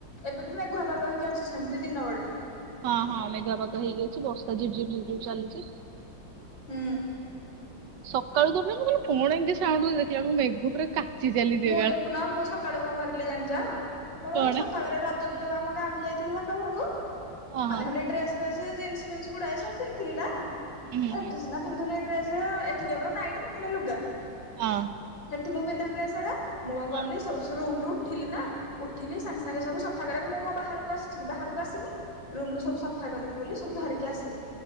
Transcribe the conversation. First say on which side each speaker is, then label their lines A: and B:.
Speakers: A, on the left; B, on the right.
A: ଏବେ ବି ମେଘୁଆ ପାଗ ହେଇକି ଅଛି ସେମିତି ଦିନ ବେଳଠୁ।
B: ହଁ ହଁ ମେଘୁଆ ପାଗ ହେଇକି ଅଛି ବର୍ଷା ଝିପ୍ ଝିପ୍ ଝିପ୍ ଝିପ୍ ଚାଲିଚି।
A: ହୁଁ।
B: ସକାଳୁ ତ ଉଠିଲିଣି। ମୁଁ କହିଲି କଣ ଏମିତି ସାଉଣ୍ଡ ହୋଉଚି ଦେଖିଲା ବେଳକୁ ମେଘ ପୁରା କାଚି ଚାଲିଛି
A: ମୁଁ
B: ଏକାବେଳେ।
A: ଦେଖୁନ ମୁଁ ସକାଳୁ କଣ କରିଲି ଜାଣିଚ। ମୋର
B: କଣ
A: ସଫାକରିବାର ଅ ରଜ କୁ ଯୋଉ ଆମ ଗାଁ କୁ ଯାଇଥିଲି ବାପ ଘରକୁ
B: ହଁ
A: ମାନେ
B: ହଁ
A: ହେଟି ଡ୍ରେସ ଫ୍ରେସ ଜିନ୍ସ ଫିନ୍ସ ଗୁଡା ଏ ସବୁ ପିନ୍ଧଥିଲି ନା
B: ହୁଁ ହୁଁ
A: ଏଠି
B: ହୁଁ
A: ସିନା ପିନ୍ଧୁନି ଡ୍ରେସ <unintelligible> ଏଠି କେବଳ ନାଇଟି ନହେଲେ ଲୁଗା।
B: ହଁ।
A: ହେଠି ମୁଁ ପିନ୍ଧେ ଡ୍ରେସଉରା ମୁଁ କଣ କଲି
B: ହଁ
A: ସବୁ ସେ ରୁମରୁ ଉଠିଲି ନା ଉଠିଲି ସାଙ୍ଗେ ସାଙ୍ଗେ ସବୁ ସଫା କରିବା କୁ ମୁଁ ବାହାରକୁ ଆସିଚି କି ବାହାରକୁ ଆସିନି। ରୁମରୁ ସବୁ ସଫା କରିବି ବୋଲି ସବୁ ଧରିକି ଆସିଲି।